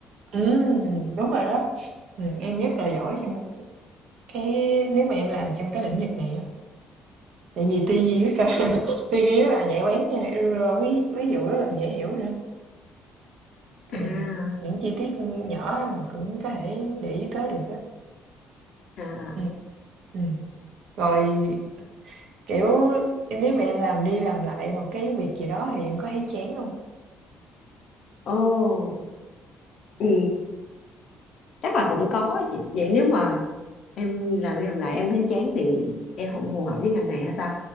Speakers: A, on the right; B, on the left.
A: Ừ, đúng rồi đó, ừm, em rất là giỏi trong Cái nếu mà em làm trong cái lĩnh vực này á, tại vì tư duy rất là <laughs> tư duy rất là nhạy bén nha, rồi ví ví dụ rất là dễ hiểu nữa. Ừ.
B: à
A: Những chi tiết nhỏ mà cũng có thể để ý tới được đó.
B: à
A: Ừ. Ừ. Rồi kiểu nếu mà em làm đi làm lại một cái việc gì đó thì em có thấy chán không?
B: ô ừ, chắc là cũng có chị. vậy nếu mà em làm đi làm lại em thấy chán thì em không phù hợp với ngành này hả ta